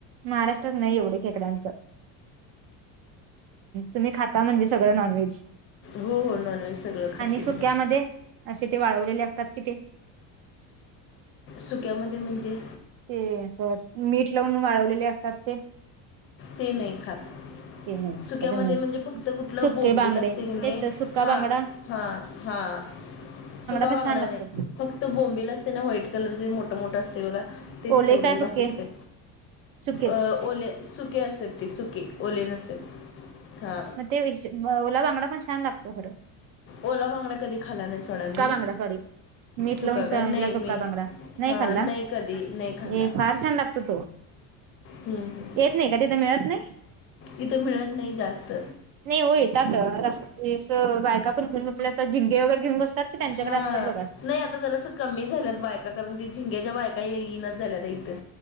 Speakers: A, on the right (about 60°); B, on the left (about 35°).
A: महाराष्ट्रात नाही एवढे खेकड्यांच तुम्ही खाता म्हणजे सगळ नॉनव्हेज
B: हो हो नॉनव्हेज सगळं खाते
A: आणि सुक्यामध्ये
B: मी
A: असे ते वाळवलेले असतात कि ते
B: सुक्यामध्ये म्हणजे
A: ते मीठ लावुन वाळवलेले असतात ते
B: ते नाही खात
A: ते नाही घातलं
B: सुक्यामध्ये
A: तुम्ही
B: म्हणजे फक्त कुठल
A: सुके
B: बोंबील
A: बांगडे
B: असते की नाही
A: तेच सुका
B: हा
A: बांगडा
B: हा हा सुका
A: पण
B: बांगडा
A: छान लागतो
B: नाही फक्त बोंबिल असते ना व्हाईट कलरचे मोठ मोठ असते बघा तेच
A: ओले
B: ते तेवढच
A: काय सुके
B: बाकीच का
A: सुकेच
B: अ ओले सुक ते सुके ओले नसत्यात हा
A: मग ते ओला बांगडा पण छान लागतो खर
B: ओला बांगडा कधी खाणार आहे सोडा मी
A: बांगडा सॉरी मीठ
B: सुका
A: लावून
B: का नाही
A: सुका
B: मी
A: बांगडा
B: हा
A: खाल्ला
B: नाही कधी नाही खाल्ला
A: हे फार छान लागतो तो
B: हम्म हम्
A: येत नाही का तिथे मिळत नाही
B: इथ मिळत नाही जास्त
A: नाही हो येतात रस बायका पण घेऊन बस आपल्या अस झिंंगे वगैरे घेऊन बसतात की त्यांच्याकडे
B: हा
A: असतात बघा
B: नाही आता जरासं कमी झाल्यात बायका कारण ते झिंग्याच्या बायका येइन झाल्यात इथं